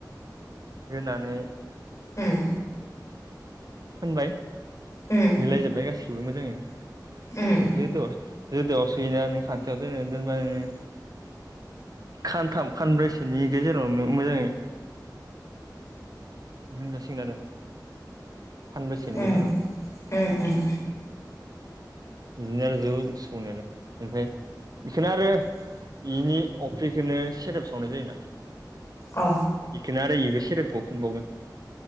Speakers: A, on the right; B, on the left.
A: होनानै
B: उम
A: फोनबाय
B: उम
A: मिलायजोबबाय गासिखौबो मोजाङैनो
B: उम
A: बे जोदोआव जोदोआव सोयोना नों खान्थायाव दोनो दोनबा नोङो खानथाम खानब्रैसोनि गेजेरावनो मोजाङै मोनजासिगोन आरो सानब्रैसेनि
B: उम
A: गेजेरावनो
B: उम उम
A: बिदिनो आरो जौ संनायालाय ओमफ्राय बेखोनो आरो इनि अफ्रिखोनो सेरेब सावनाय जायोना
B: अ
A: इखौनो आरो इबो सेरेब गफिनबावगोन।